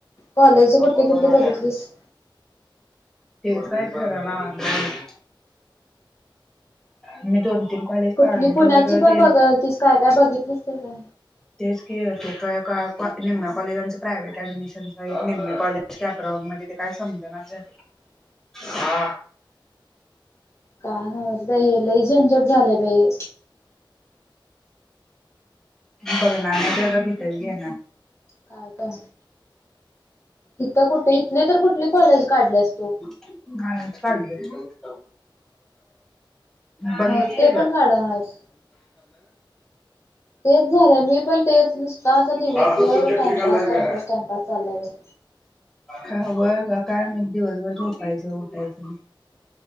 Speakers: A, on the left; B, in the centre.
A: कॉलेज कुठली
B: नको
A: कुठली
B: म्हणालात.
A: बघितलीस
B: तेच काय ठरना माझं. मी दोन तीन कॉलेज
A: कुठली
B: काढून ठेवलेलं
A: पुण्याची पण
B: ते
A: बघालतिस काय काय बघितलीस तर काय?
B: तेच की ते एकाएका कॉ निम्या कॉलेजांच प्रायव्हेट ऍडमिशनच आहे निम कॉलेज कॅपरॉग मध्ये ते काय समजनाच झाल
A: <inaudible>
B: हा
A: का नव्हचं बाई हे लई झंझट झालंय बाई.
B: बघनार नाहीतर गप्प हिताचं घेणारं.
A: काय काय इथ कुठ इथली तर कुठली कॉलेज काढल्यास तू?
B: आजचं काढलोय. बंदच
A: मग ते
B: केलोय
A: पण काढास तेच झालंय मी पण तेच नुसत आस दिवसभर
B: सार्थ तू चकली
A: टाइमपास,
B: खाल्लाय
A: टाइमपास,
B: काय?
A: टाइमपास, चालाय बघ.
B: का व्हय का काय म दिवसभर झोपायचं उठायचं,